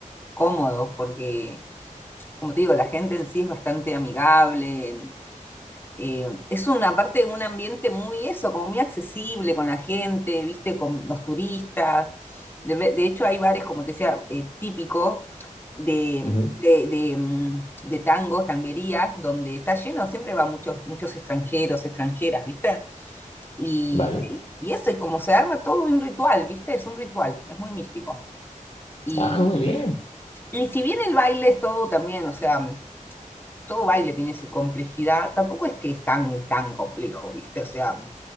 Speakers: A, on the left (about 15°); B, on the left (about 45°).
A: cómodo porque, como te digo, la gente en sí es bastante amigable, eh, es una parte de un ambiente muy eso, como muy accesible con la gente, viste, con los turistas. De, ve- de hecho, hay bares, como te decía, eh, típicos de,
B: Ujú.
A: de, de, mm, de tangos, tanguerías, donde está lleno, siempre van muchos, muchos extranjeros, extranjeras, ¿viste? Y,
B: Vale.
A: y y eso, y como se arma todo de un ritual, ¿viste? Es un ritual, es muy místico. Y,
B: Ah, muy
A: mm,
B: bien.
A: y si bien el baile es todo también, o sea, todo baile tiene su complejidad, tampoco es que es tan, tan complejo, ¿viste? O sea,